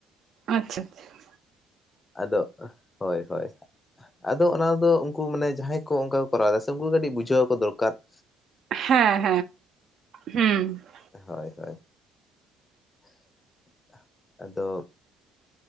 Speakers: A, on the right (about 55°); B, on the left (about 25°).
A: ᱟᱪᱪᱷᱟ ᱟᱪᱪᱷᱟ ᱾
B: ᱟᱫᱚᱜ ᱦᱳᱭ ᱦᱳᱭ ᱾ ᱟᱫᱚ ᱚᱱᱟ ᱫᱚ ᱩᱱᱠᱩ ᱢᱟᱱᱮ ᱡᱟᱦᱟᱸᱭ ᱠᱚ ᱚᱱᱠᱟ ᱠᱚ ᱠᱚᱨᱟᱣ ᱫᱟ ᱥᱮ ᱩᱱᱠᱩ ᱠᱚ ᱠᱟᱹᱴᱤᱡ ᱵᱩᱡᱷᱟᱹᱣ ᱟᱠᱚ ᱫᱚᱨᱠᱟᱨ ᱾
A: ᱦᱮᱸ ᱦᱮᱸ ᱦᱮᱸ ᱦᱩᱸ ᱾
B: ᱦᱳᱭ ᱦᱳᱭ ᱾ ᱟᱫᱚ-